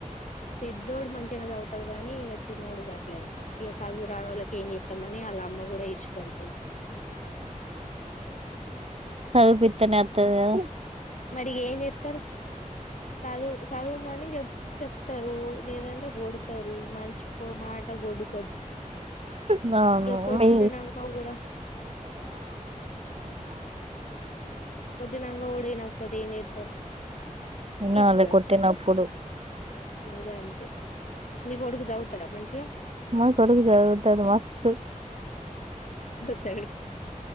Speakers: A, on the left; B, on the right.
A: పెద్దోడు మంచిగానే చదువుతాడు కానీ ఇక చిన్నోడు గ ట్లనే ఇగా చదువురానోళ్లకే ఏం చెత్తమని అలా అమ్మ కూడా ఈడ్చి పేడుతది
B: చవిపిత్తనే వత్తది గదా
A: మరి ఏం చెత్తారు చదువు చదువు మని చె చెప్తారు లేదంటే గోడతారు మనిషి కో మాట ట గోడ్డు
B: నాను
A: కొట్టినంక
B: వి
A: కూడా కొట్టి నాంగా వినకపోతే ఏం చెత్తరు
B: వినాలి
A: ఈడ్చిపెడుతారు
B: కొట్టినప్పుడు
A: మరి గంతే మీ కొడుకు దాగుతాడా మంచిగా
B: మ కొడుకు చదువుతాడు మస్త్
A: స